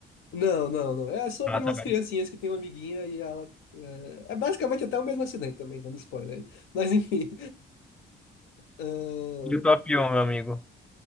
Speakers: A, on the left (about 80°); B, in the centre.
A: Não, não, não. É sobre
B: Ah,
A: umas
B: tá.
A: criancinhas que tem uma amiguinha e ela. É, é basicamente até o mesmo acidente também, dando spoiler aí. <laughs> Mas enfim. ahn,
B: E o top 1, meu amigo.